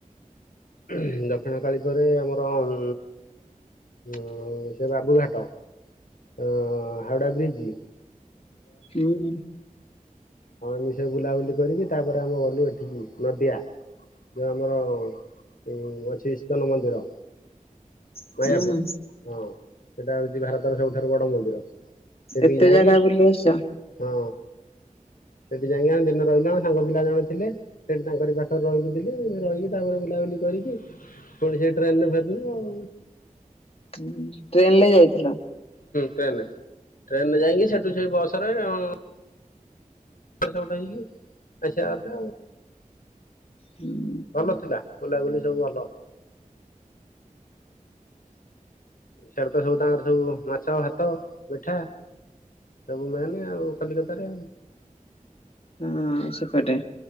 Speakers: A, on the left; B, on the left.
A: ଓହୁ ଦକ୍ଷିଣ କାଳୀ ଆମର ଉ ଉ ସେ ବାବୁଘାଟ। ଅ ହାଉଡା ବ୍ରିଜ।
B: ହୁଁ।
A: ହଁମ ସେଇ ବୁଲାବୁଲି କରିକି ତାପରେ ଆମେ ଗଲୁ ଏଠିକି ନଦିଆ ଯୋଉ ଆମର ଉ ଅଛି ଇସ୍କନ ମନ୍ଦିର।
B: ହୁଁ
A: ମାୟାପୁର ହଁ। ସେଇଟା ହଉଛି ଭାରତର ସବୁଠାରୁ ବଡ ମନ୍ଦିର। ସେଠିକି
B: ଏତେ
A: ଯାଇକି
B: ଜାଗା ବୁଲି ଆସିଛ।
A: ହଁ ସେଠି ଯାଇକି ଆମେ ଦିନେ ରହିଲା ସାଙ୍ଗ ପିଲା ଜଣେ ଥିଲେ ସେଠି ତାଙ୍କରି ପାଖରେ ରହି <unintelligible> କିଥିଲେ ଦିନ ରହିକି ତାପରେ ବୁଲାବୁଲି କରିକି ପୁଣି ସେ ଟ୍ରେନରେ ଫେରିଲୁ ଆଉ।
B: ଟ୍ରେନ ରେ ଯାଇଥିଲ?
A: ଟ୍ରେନରେ ଟ୍ରେନରେ ଯାଇକି ସେଠୁ ସେଇ ବସ ରେ ଉଁ। ଏପଟ ସେପଟ ହେଇକି ଆସିବା କଥା।
B: ହୁଁ
A: ଭଲ ଥିଲା ବୁଲାବୁଲି ସବୁ ଭଲ। ସେଟା ତ ସବୁ ତାଙ୍କର ସବୁ ମାଛ ଭାତ ମିଠା ସବୁ ମେନ ଆଉ କଲିକତାରେ।
B: ହଁ ସେପଟେ।